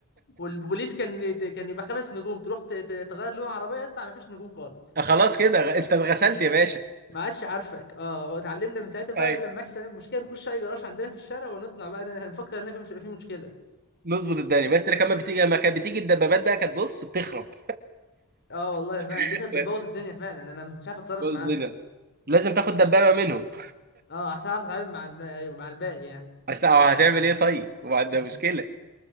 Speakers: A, on the left; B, on the right.
A: والبوليس كان كان يبقى خمس نجوم تروح ت- ت- تغير لون العربيه يطلع ما فيش نجوم خالص
B: <laughs> خلاص كده غ- انت اتغسلت
A: آه.
B: يا باشا
A: ما عادش عارفك اه واتعلمنا من ساعتها بقى
B: ايوه
A: لما يحصل المشكله نخش اي جراج عندنا في الشارع ونطلع بقى نفكر انك مش هيبقى فيه مشكله
B: نظبط الدنيا بس لما كانت بتيجي
A: اه
B: لما كانت بتيجي الدبابات بقى كانت بص بتخرب
A: آه، والله فعلا
B: <laughs>
A: دي كانت بتبوظ الدنيا فعلا انا أنا ما كنتش عارف اتصرف
B: بص
A: معاها
B: كده لازم تاخد دبابه منهم
A: اه عشان اعرف اتعامل مع ال- أيوة، مع الباقي يعني
B: عشان أو هتعمل ايه طيب؟ ما ده
A: مم.
B: مشكله